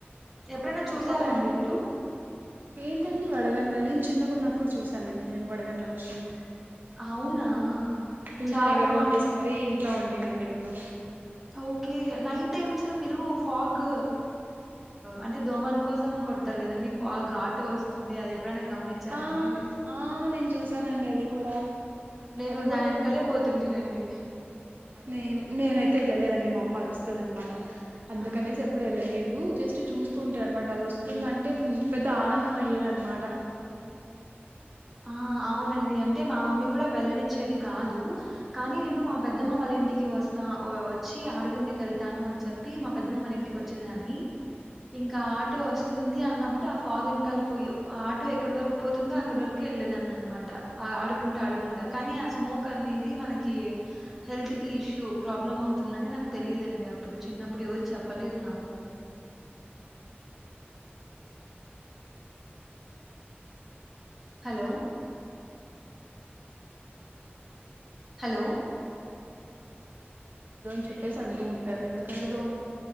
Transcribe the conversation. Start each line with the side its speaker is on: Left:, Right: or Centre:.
Centre: ఎప్పుడైనా
Right: చెప్పాలం
Centre: చూసారాండి మీరు
Right: ఏంటండి వడగంల నేను చిన్నగాన్నప్పుడు చూసానండి నేను వడగంల వర్షం
Centre: అవునా
Right: ట్యూషన్
Centre: చాలా
Right: ఎగ్గర
Centre: బాగుంటా
Right: కొట్టేసి మరి ఇంట్లో ఉంట అండి నేను
Centre: ఓకే నైట్ టైమ్స్ మీరు ఫాగ్ అంటే దోమలు కోసం కొడతారు కదండి ఫాగ్ ఆటో వస్తుంది అదే ఎప్పుడైనా గమనించారా
Right: ఆ
Centre: అండి మీరు
Right: ఆ నేను చూసానండి అది కూడా
Centre: నేను
Right: అది
Centre: దాని వెనకలే పోతుంటానండి
Right: నే నేనైతే వెళ్ళలేదండి మా అమ్మా అరుస్తుంది అనమాట అందుకనేసి
Centre: ఆ
Right: ఎప్పుడు వెళ్ళలేదు జస్ట్ చూస్తూ ఉంటారు అనమాట అది వస్తు ఎప్పుడుందంటే పెద్ద ఆనందం అయ్యేదన్నమాట
Centre: ఆ అవునండి అంటే మా మమ్మీ కూడా వెళ్లనిచ్చేది కాదు కానీ నేను మా పెద్దమ్మ వాళ్ళ ఇంటికి వస్తా స్త ఓ వచ్చి ఆడుకుండేకి వెళ్తాను అని చెప్ప ి మా పెద్దమ్మ వాళ్ళ ఇంటికి వచ్చేదాన్ని ఇంకా ఆటో వస్త ఉంది అన్నప్పుడు ఆ ఫాగ్ ఎన్ కలిపోయి ఆటో ఎక్కడ వరకు పోతుందో అక్కడ వరకు వెళ్ళలేదండి అనమాట ఆ ఆడుకుంటా ఆడుకుంటా కానీ ఆ స్మోక్ అనేది మనకి హెల్త్ కి ఇష్యూ ప్రాబ్లం అవుతుందిని నాకు తెలిదుండి అప్పుడు చిన్నప్పుడు ఎవరుు చెప్పలేదు నాకు హలో హలో
Right: దో అని చెప్పేసి అంటూ ఉంటారు ఎందుకంటే దోమ,